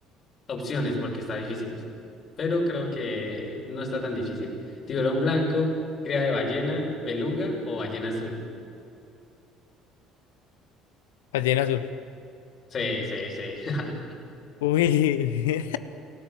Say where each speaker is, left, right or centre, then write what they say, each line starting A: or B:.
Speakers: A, on the left; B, on the left.
A: Opciones, porque está difíciles. Pero creo que no está tan difícil. Tiburón blanco, cría de ballena, beluga o ballena azul.
B: Ballena azul.
A: Sí, sí, sí. <laughs>
B: Uy,